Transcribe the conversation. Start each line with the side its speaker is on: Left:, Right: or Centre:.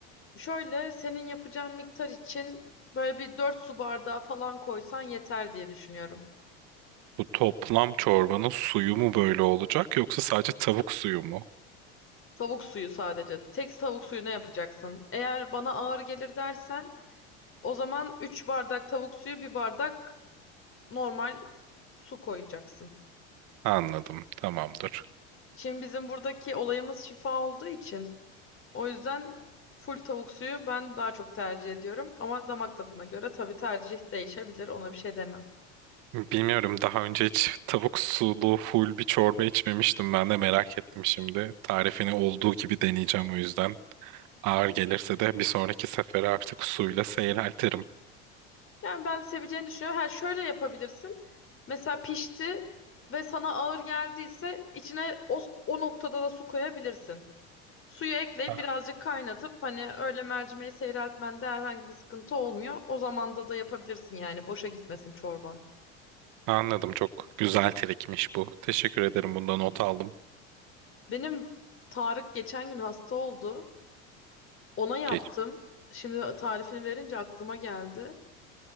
Left: Şöyle senin yapacağın miktar için böyle bir 4 su bardağı falan koysan yeter diye düşünüyorum.
Right: Bu toplam çorbanın suyu mu böyle olacak yoksa sadece tavuk suyu mu?
Left: Tavuk suyu sadece. Tek tavuk suyuna yapacaksın. Eğer bana ağır gelir dersen o zaman 3 bardak tavuk suyu, bir bardak normal su koyacaksın.
Right: Anladım. Tamamdır.
Left: Şimdi bizim buradaki olayımız şifa olduğu için o yüzden full tavuk suyu ben daha çok tercih ediyorum. Ama damak tadına göre tabii tercih değişebilir ona bir şey demem.
Right: Bilmiyorum daha önce hiç tavuk sulu full bir çorba içmemiştim. Ben de merak ettim şimdi. Tarifini olduğu gibi deneyeceğim o yüzden. Ağır gelirse de bir sonraki sefere artık suyla seyreltirim.
Left: Yani ben seveceğini düşünüyorum. Ha şöyle yapabilirsin. Mesela pişti ve sana ağır geldiyse içine o, o noktada da su koyabilirsin. Suyu ekleyip
Right: Ha,
Left: birazcık kaynatıp hani öyle mercimeği seyreltmende herhangi bir sıkıntı olmuyor. O zamanda da yapabilirsin yani boşa gitmesin çorban.
Right: Anladım. Çok güzel trikmiş bu. Teşekkür ederim. Bundan not aldım.
Left: Benim Tarık geçen gün hasta oldu. Ona yaptım.
Right: Geç.
Left: Şimdi tarifini verince aklıma geldi.